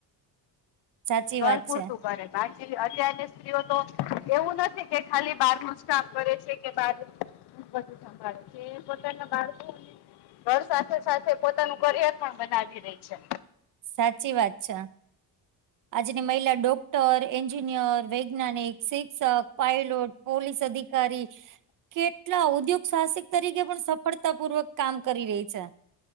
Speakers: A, on the right; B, on the left.
A: સાચી
B: ઘર
A: વાત
B: પૂરતું
A: છે
B: કરે બાકી અત્યારની સ્ત્રીઓ તો એવું નથી કે ખાલી બાર નું કામ કરે છે કે બાર બધું સાંભળે છે તે પોતાના બાળકો ઘર સાથે સાથે પોતાનું કરિયર પણ બનાવી રહી છે.
A: સાચી વાત છે. આજની મહિલા ડોક્ટર એન્જિનિયર વૈજ્ઞાનિક શી શિક્ષક પાયલોટ પોલીસ અધિકારી કેટલા ઉદ્યોગ સાહસિક તરીકે પણ સફળતા પૂર્વક કામ કરી રહી છે.